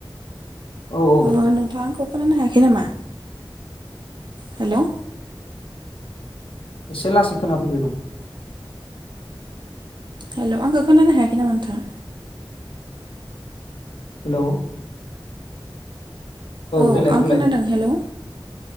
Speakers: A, on the left (about 80°); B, on the right (about 55°).
A: औ औ
B: अ नोंथाङा आंखौ खोनानो हायाखै नामा? हेलौ
A: एसे लासै खोनाफैबाय दं।
B: हेल' आंखौ खोनानो हायाखै नामा नोंथां?
A: हेलौ
B: औ
A: देलाय बुंलाय
B: आं खोनादों हेलौ